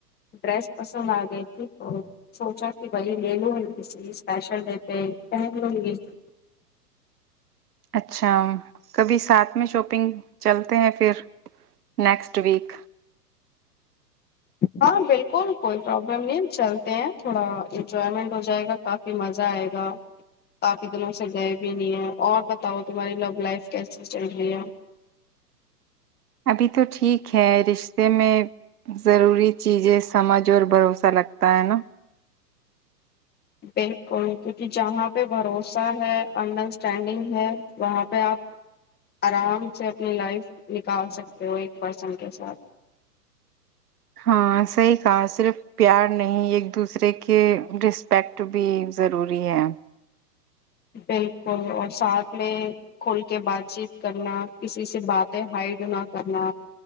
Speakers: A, on the left (about 20°); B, on the right (about 65°).
A: ڈریس پسند آ گئی تھی تو سوچا کہ بھائی لے لوں کسی اسپیشل دیتے پہن لوں یہ <inaudible>
B: اچھا کبھی ساتھ میں شاپنگ چلتے ہیں پھر نیکسٹ ویک <unintelligible>
A: ہاں بالکل کوئی پرابلم نہیں چلتے ہیں تھوڑا انجوائمنٹ ہو جائے گا کافی مزہ آئے گا کافی دنوں سے گئے بھی نہیں ہیں اور بتاؤ تمہاری لو لائف کیسی چل رہی ہے
B: ابھی تو ٹھیک ہے رشتے میں ضروری چیزیں سمجھ اور بھروسہ لگتا ہے نا
A: بالکل کیونکہ جہاں پہ بھروسہ ہے انڈرسٹینڈنگ ہے وہاں پہ آپ آرام سے اپنی لائف نکال سکتے ہو ایک پرسن کے ساتھ
B: ہاں صحیح کہا صرف پیار نہیں ایک دوسرے کے رسپیکٹ بھی ضروری ہے
A: بالکل اور ساتھ میں کھول کے بات چیت کرنا اس کسی سی باتیں ہائڈ نہ کرنا